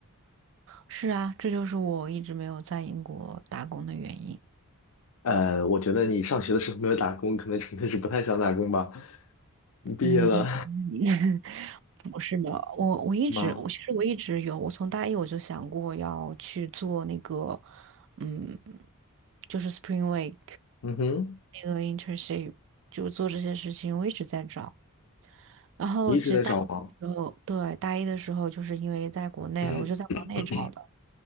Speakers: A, on the right (about 60°); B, on the left (about 65°).
A: 是啊，这就是我一直没有在英国打工的原因。
B: 呃，我觉得你上学的时候没有打工，可能纯粹是不太想打工吧。你毕业了
A: 嗯，<laughs> 不是的，我我一直我其实我一直有，
B: <laughs> 吗？
A: 我从大一我就想过要去做那个，嗯，就是 Spring Week
B: 嗯哼。
A: 那个 internship，就做这些事情，我一直在找。然后其实大一的时候，
B: 你一直在找吗？
A: 对，大一的时候就是因为在国内了，
B: <clears throat>
A: 我就在国内找的。